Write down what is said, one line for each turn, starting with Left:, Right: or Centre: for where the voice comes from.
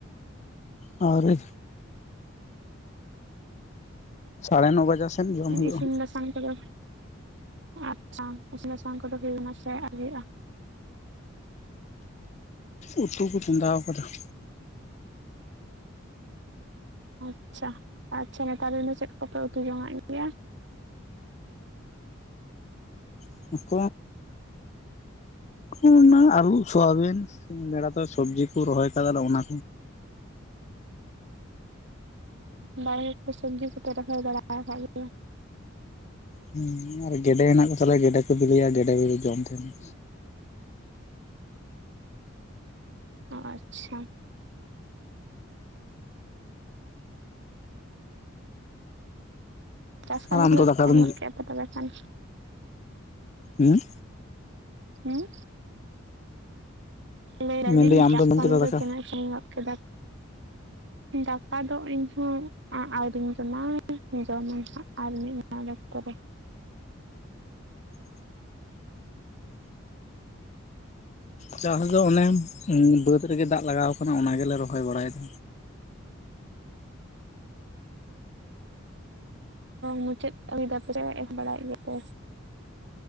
Left: ᱟᱣᱨᱤ, ᱥᱟᱲᱮ ᱱᱚ ᱵᱟᱡᱟᱜ ᱥᱮᱱ ᱡᱚᱢ ᱦᱩᱭᱩᱜᱼᱟ
Right: <inaudible> ᱤᱥᱤᱱ ᱵᱟᱥᱟᱝ ᱠᱚ ᱫᱚ ᱟᱪᱪᱷᱟ ᱤᱥᱤᱱ ᱵᱟᱥᱟᱝ ᱠᱚ ᱫᱚ ᱦᱳᱭᱱᱟ ᱥᱮ ᱟᱣᱨᱤᱭᱟᱜᱼᱟ ᱾
Left: ᱩᱛᱩ ᱠᱚ ᱪᱚᱸᱫᱟᱣ ᱟᱠᱟᱫᱟ ᱾
Right: ᱟᱪᱪᱷᱟ ᱟᱪᱪᱷᱟ, ᱱᱮᱛᱟᱨ ᱫᱤᱱ ᱫᱚ ᱪᱮᱫ ᱠᱩᱯᱮ ᱩᱛᱩ ᱡᱚᱝᱟᱜ ᱜᱮᱭᱟ ᱾
Left: <inaudible> ᱠᱚᱱᱟ ᱟᱹᱞᱩ ᱥᱚᱣᱟᱵᱤᱱ ᱵᱮᱲᱟ ᱛᱮ ᱥᱚᱵᱽᱡᱤ ᱠᱚ ᱨᱚᱦᱚᱭ ᱟᱠᱟᱫᱟ ᱟᱨ ᱚᱱᱟ,
Right: ᱵᱟᱦᱨᱮ ᱠᱚ ᱥᱚᱵᱽᱡᱤ ᱠᱚᱯᱮ ᱨᱚᱦᱚᱭ ᱵᱟᱲᱟ ᱟᱠᱟᱫ ᱜᱮᱭᱟ?
Left: ᱦᱮᱸ ᱟᱨ ᱜᱮᱸᱰᱮ ᱦᱮᱱᱟᱜ ᱠᱚ ᱛᱟᱞᱮ ᱜᱮᱸᱰᱮ ᱠᱚ ᱵᱤᱞᱟᱹᱭᱟ ᱜᱮᱸᱰᱮ ᱠᱚᱜᱮ ᱡᱚᱢ ᱛᱟᱦᱮᱱᱟ᱾
Right: ᱟᱪᱪᱷᱟ, ᱪᱟᱥ ᱠᱟᱹᱢᱤ
Left: ᱟᱨ ᱟᱢ
Right: ᱠᱚ <inaudible>
Left: ᱫᱚ ᱫᱟᱠᱟ ᱫᱚᱢ
Right: ᱯᱮ ᱛᱚᱵᱮ ᱠᱷᱟᱱ,
Left: ᱦᱩᱸ
Right: ᱦᱮᱸ ᱞᱟᱹᱭ ᱫᱟᱞᱤᱧ
Left: ᱢᱮᱱᱫᱟᱹᱧ ᱟᱢ
Right: ᱪᱟᱥ
Left: ᱫᱚᱢ ᱡᱚᱢ
Right: ᱠᱟᱹᱢᱤ
Left: ᱠᱮᱫᱟ
Right: ᱫᱚ
Left: ᱫᱟᱠᱟ?
Right: ᱛᱤᱱᱟᱹᱜ ᱥᱟᱹᱝᱜᱤᱧ ᱧᱚᱜ ᱠᱮᱫᱟ᱾ ᱫᱟᱠᱟ ᱫᱚ ᱤᱧᱦᱚᱸ ᱟᱹᱣᱨᱤᱧ ᱡᱚᱢᱟ, ᱡᱚᱢᱟᱧ ᱦᱟᱸᱜ ᱟᱨ ᱢᱤᱫ <inaudible> ᱚᱠᱛᱚ ᱨᱮ᱾
Left: <inaudible> ᱪᱟᱥ ᱫᱚ ᱚᱱᱮ ᱵᱟᱹᱫᱽ ᱨᱮᱜᱮ ᱫᱟᱜ ᱞᱟᱜᱟᱣ ᱟᱠᱟᱱᱟ ᱚᱱᱟ ᱜᱮᱞᱮ ᱨᱚᱦᱚᱭ ᱵᱟᱲᱟᱭᱮᱫᱟ᱾
Right: <inaudible> ᱢᱩᱪᱟᱹᱫ <inaudible> ᱮᱢ ᱵᱟᱲᱟᱭᱮᱫ ᱜᱮᱭᱟ ᱯᱮ᱾